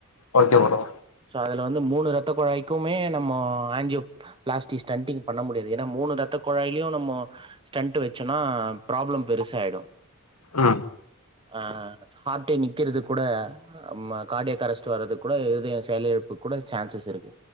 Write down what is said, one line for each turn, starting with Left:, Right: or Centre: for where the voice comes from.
Left: ஓகே ப்ரோ
Right: ஸோ அதுல வந்து மூணு ரத்தக் குழாய்க்குமே நம்மோ ஆன்ஜியோ பிளாஸ்டிக் ஸ்டன்டிங் பண்ண முடியாது ஏனா மூணு ரத்த குழாய்லியு நம்மோ ஸ்டன்ட் வச்சோனா ப்ராப்ளம் பெருசாயிடு.
Left: ஆ
Right: ஆஹ் ஹார்ட்டே நிக்கிறது கூட ம்ம கார்டியாக்கரஸ்ட் வர்றது கூட இதயோ செயல் இழப் புக்கூட சான்சஸ் இருக்கு